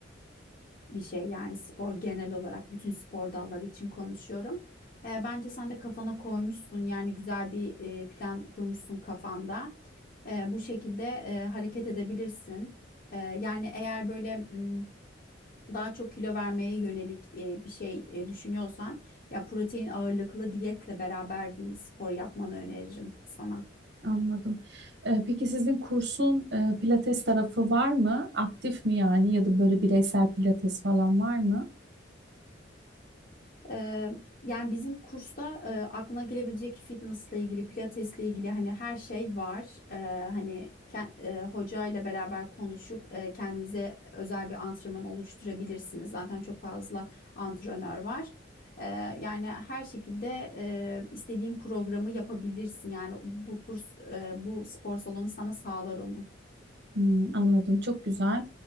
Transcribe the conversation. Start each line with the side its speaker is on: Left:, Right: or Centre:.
Left: bir şey yani spor genel olarak bütün spor dalları için konuşuyorum. E, bence sen de kafana koymuşsun yani güzel bir e, plan kurmuşsun kafanda. E, bu şekilde e, hareket edebilirsin. E, yani eğer böyle m, daha çok kilo vermeye yönelik e, bir şey e, düşünüyorsan ya protein ağırlıklı diyetle beraber bir spor yapmanı öneririm sana.
Right: Anladım. Ee, peki sizin kursun e, pilates tarafı var mı? Aktif mi yani ya da böyle bireysel pilates falan var mı?
Left: Ee, yani bizim kursta e, aklına gelebilecek fitnessla ilgili, pilatesle ilgili hani her şey var. Ee, hani ke- e, hoca ile beraber konuşup e, kendinize özel bir antrenman oluşturabilirsiniz. Zaten çok fazla antrenör var. Ee, yani her şekilde e, istediğin programı yapabilirsin. Yani bu kurs, e, bu spor salonu sana sağlar onu.
Right: Hmm, anladım. Çok güzel.